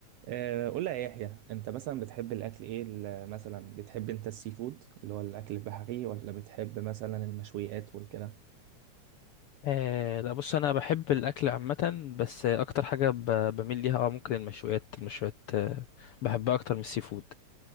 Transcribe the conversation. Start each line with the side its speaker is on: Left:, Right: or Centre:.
Right: آه، قول لي يا يحيى انت مثلا بتحب الاكل ايه ال- مثلا بتحب انت السي فود اللي هو الاكل البحري ولا بتحب مثلا المشويات والكده
Left: آه لا بص انا بحب الاكل عامه بس آه، اكتر حاجه ب- بميل ليها اه ممكن المشويات المشويات آه بحبها اكتر من السي فود